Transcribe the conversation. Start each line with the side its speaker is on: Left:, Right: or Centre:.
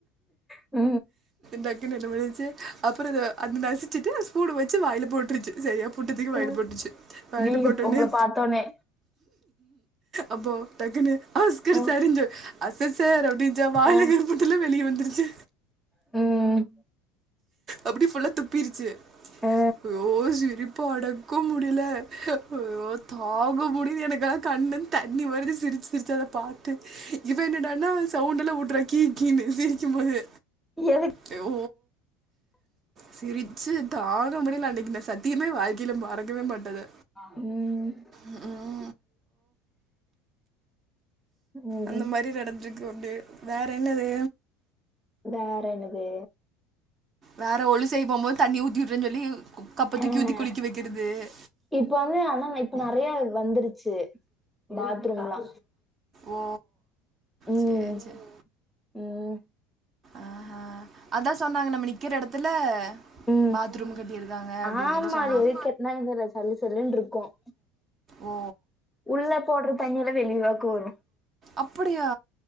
Centre: ஆ
Right: டக்குனு என்ன பன்னிடுச்சு அப்றோ அத நசிச்சிட்டு ஸ்பூன் வச்சு வாயில போட்ருச்சு சரியா புட்டத்தூக்கி வாயில
Centre: அ
Right: போட்டுச்சு வாய்ல
Centre: நீங்க
Right: போட்டோனே
Centre: உங்கள பாத்தோனே
Right: அப்போ டக்குனு ஆஸ்கர்
Centre: அ
Right: சரிஞ்சோ அச ச சார் அப்டின்ச்சா வாயிலஇருக்கற
Centre: அ
Right: புட்டெல்லா வெளியே வந்துருச்சு
Centre: ம்
Right: அப்டியே ஃபுல்லா துப்பிருச்சு
Centre: அ
Right: அய்யோ சிரிப்ப அடக்க முடில ஐய்யோ தாங்க முடில எனக்கா கண்லந்து தண்ணி வருது சிரிச்சு சிரிச்சி அத பா ட்டு இவ என்னடானா சவுண்ட்லா வுடுறா கீ கீனு சிரிக்கும் போது
Centre: எதுக்
Right: அய்யோ சிரிச்சு தாங்க முடியல அன்னக்கி நா சத்தியமா ஏ வாழ்க்கைல மறக்கவே மாட்டே அத
Centre: ம்
Right: ம் ம்
Centre: ம்
Right: அந்த மாறி நடந்திருக்கு அப்டியே வேற என்னது
Centre: வேற என்னது
Right: வேற ஒழு செய்ய போ போது தண்ணிய ஊத்தி வுடுறனு சொல்லி அப்பத்திக்கி
Centre: அஹ்
Right: ஊத்தி குளிக்க வைக்கிறது ஏ
Centre: இப்ப வந்து ஆனா இப்ப நெறையா வந்துருச்சு பாத்ரூம்லா
Right: ஓ
Centre: ம்
Right: சேரி சேரி
Centre: ம்
Right: ஆஹா அதா சொன்னாங்க நம்ம நிக்கிற எடத்துல
Centre: உம்
Right: பாத்ரூம் கட்டிருக்காங்க அப்டின்சொல்லி
Centre: ஆமா
Right: சொன்னாங்க
Centre: அது எதுக்கு கட்டினாங்க தெரியல சல்லு சல்லுன்னு இருக்கும்
Right: ஓ
Centre: உள்ள போடுற தண்ணியல்லா வெளிவாக்கு வரு
Right: அப்படியா